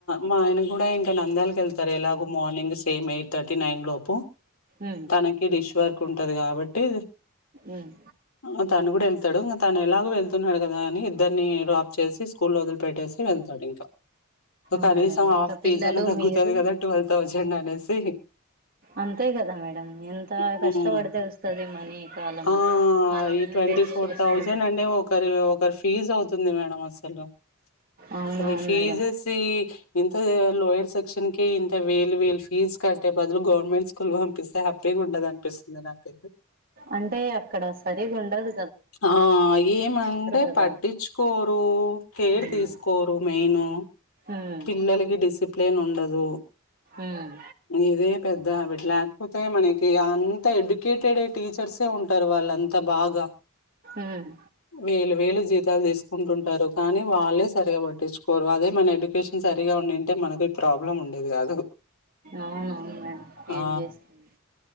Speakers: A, on the left; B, on the right.
A: మా ఆయన కూడా ఇంకా నంద్యాలకు వెళ్తారు ఎలాగ మార్నింగ్ తెం ఎయిట్ థర్టీ నైన్ లోపు
B: ఉమ్
A: తనకి డిష్ వర్క్ ఉంటది కాబట్టి
B: ఉమ్
A: ఆ తను కూడా వెళ్తాడు ఇంకా తను ఎలాగు వెళ్తున్నాడు కదా అని ఇద్దరిని డ్రాప్ చేసి స్కూల్ వదిలి పెట్టేసి వెళ్తాడు ఇంకా కనీసం
B: అవునులేండి
A: హాఫ్
B: ఇంకా
A: పీజ్
B: పిల్లలు
A: అన్న తగ్గుతది
B: మీరు
A: కదా ట్వల్వ్ థౌజండ్ అనేసి
B: అంతే కదా మేడం ఎంత
A: మ్మ్
B: కష్టపడితే వస్తాది మనీ కాలం
A: ఆ
B: మనం
A: ఈ ట్వంటీ
B: వేస్ట్
A: ఫోర్
B: చేసుకుంటాం
A: థౌజండ్ అంటే ఒకరి ఒకరి ఫీజ్ అవుతుంది మేడం అసలు
B: అవునవును
A: అసలు ఈ ఫీజెస్
B: మేడం
A: ఈ ఇంత లోయర్ సెక్షన్ కి ఇంత వేలు వేలు ఫీజ్ కట్టే బదులు గవర్నమెంట్ స్కూల్ కి పంపిస్తే హ్యాపీగా ఉంటాది అనిపిస్తుంది నాకైతే
B: అంటే అక్కడ సరిగుండదు
A: ఆ ఏమంటే
B: కదా
A: పట్టించుకోరు కేర్
B: ఉమ్
A: తీసుకోరు మెయిన్
B: ఉమ్
A: పిల్లలకి డిసిప్లెన్ ఉండదు
B: ఉమ్
A: ఇదే పెద్ద అవిట్ లేకపోతే మనకి అంత ఎడ్యుకేటెడ్ టీచర్సే ఉంటారు వాళ్ళు అంత బాగా
B: ఉమ్
A: వేలు వేలు జీతాలు తీసుకుంటుంటారు కానీ వాళ్ళే సరిగాబడ్రు పట్టించుకోరు అదే మన ఎడ్యుకేషన్ సరిగా ఉండేంట మనకి ప్రాబ్లం ఉండేది కాదు
B: అవునవును మేడం
A: ఆ
B: ఏం చేస్తుంది